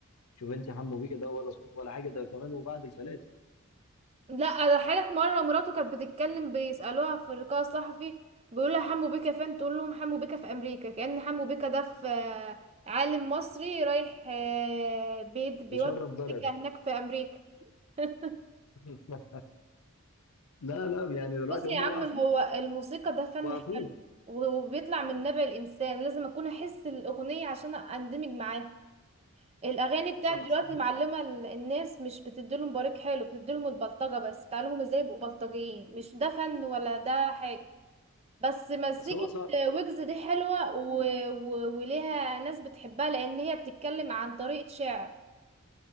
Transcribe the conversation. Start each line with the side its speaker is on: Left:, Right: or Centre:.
Left: شوف انت حمو بيكا ده ولا صوت ولا حاجه ده كمان وبعد الفلاتر
Right: لا ده حالك مره مراته كانت بتتكلم بيسالوها في اللقاء الصحفي بيقول لها حمو بيكا فين تقول لهم حمو بيكا في امريكا كأن حمو بيكا ده في آه، عالم مصري رايح آه، بيد بيودي
Left: يشرف بلده
Right: موسيقى هناك في امريكا <laughs>
Left: <laughs> لا لا يعني دلوقتي
Right: بص
Left: هم
Right: يا عم
Left: وقفوه
Right: هو الموسيقى ده فن
Left: وقفوه
Right: حلو و- وبيطلع من نبع الانسان لازم اكون احس الاغنيه عشان اندمج معاها الاغاني بتاعت دلوقتي
Left: حصل مش
Right: معلمه ال- الناس مش بتديلهم بريق حلو بتديلهم البلطجه بس بتعلمهم ازاي يبقوا بلطجيين مش ده فن ولا ده حاجه بس مزيكة
Left: اصل هو صعب
Right: ويجز دي حلوة و... و... وليها ناس بتحبها لأن هي بتتكلم عن طريقة شعر